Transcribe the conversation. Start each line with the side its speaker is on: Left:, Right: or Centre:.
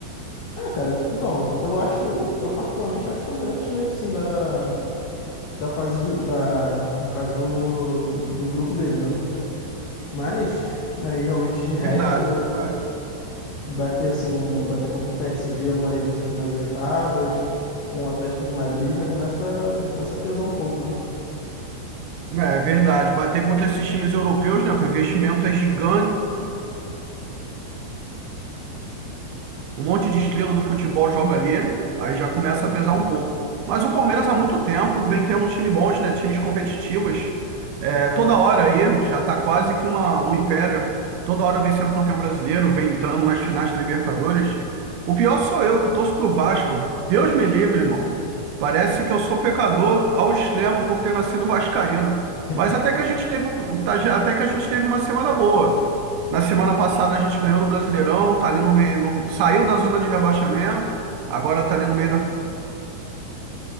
Left: É, cara, então, eu acho, eu particularmente acho que é o melhor time, assim, da, da fase de, da, no caso do, do grupo dele, né, no caso. Mas, aí realmente de resto,
Right: Verdade, verdade.
Left: bater assim, um, bater contra um PSG numas, numas oitavas, ou um Atlético de Madrid já começa, já começa a pesar um pouco, né?
Right: É verdade. Bater contra esses times europeus, né? Que o investimento é gigante, um monte de estrela do futebol joga ali, aí já começa a pesar um pouco. Mas o Palmeiras há muito tempo vem tendo time bons, né? Times competitivos. É, toda hora aí, já tá quase que uma, um império. Toda hora vem sendo campeão brasileiro, vem entrando nas finais da Libertadores. O pior sou eu, que torço pro Vasco. Deus me livre, irmão. Parece que eu sou pecador ao extremo por ter nascido <laughs> vascaíno.
Left: <laughs>
Right: Mas até que a gente teve, um- até que a gente teve uma semana boa. Na semana passada a gente ganhou no Brasileirão, tá ali no meio, no- saiu da zona de rebaixamento, agora tá ali no meio da